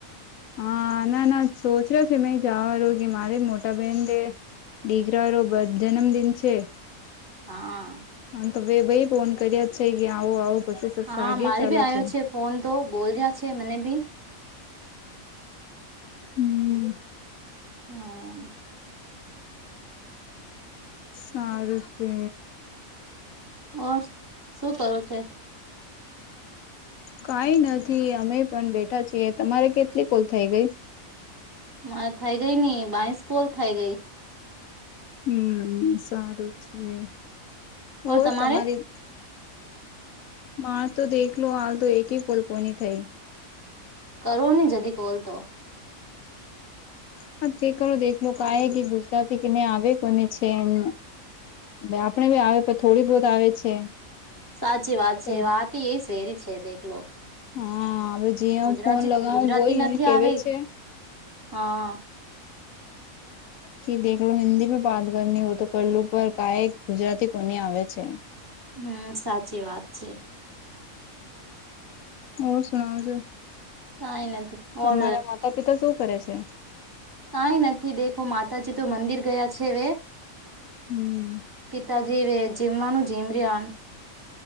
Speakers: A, on the left; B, on the right.
A: હા, ના ના સોચ રહ્યો છે મે જવા રોગે મારે મોટા બેન દે ડીગરા રો બ જનમદિન છે.
B: હા.
A: હ તો બે ભઈ ફોન કર્યા છે કે આવો આવો પછી
B: હા
A: સ આગે
B: મારે
A: ચાલે
B: બી આવ્યો
A: છે.
B: ફોન તો બોલ રહ્યા છે મને બી
A: હમ્મ.
B: હા.
A: સારું છે.
B: ઓર શું કરું છે.
A: કઈ નથી અમે પણ બેઠા છીએ તમારે કેટલી કોલ થઈ ગઈ?
B: મારે થઈ ગઈ ની બાઈસ કોલ થઈ ગઈ.
A: હમ્મ, સારું છે. હો
B: ઓર તમારે
A: તમારી માર તો દેખલો હાલ તો એક કોલ્પની થઈ.
B: કરો ની જદી કોલ તો.
A: હ ચેક કરો દેખલો કાએ એ કે ગુજરાતી કેને આવે કોને છે એને આપડે બી આવે પણ થોડી બહત આવે છે.
B: સાચી વાત
A: તો
B: છે વાત તી એ સેરી છે દેખલો.
A: હા હવે જે
B: ગુજરાતી
A: ફોન લગાવું
B: ગુજરાતી
A: ગોય
B: નથી
A: એ કેવી
B: આવે
A: છે.
B: હા.
A: કે દેખલું હિન્દી મે વાત કરની હોય તો કરલું પર કાઈ ગુજરાતી કોની આવે છે.
B: હમ્મ સાચી વાત છે.
A: ઓ સુનાવજો.
B: કાઈ નથી.
A: તમારા
B: ઓર
A: માતા પિતા શું કરે છે?
B: કંઈ નથી દેખું માતાજી તો મંદિર ગયા છે વે.
A: હમ્મ.
B: પિતાજી વે જીમવાનું જીમ રહ્યાન.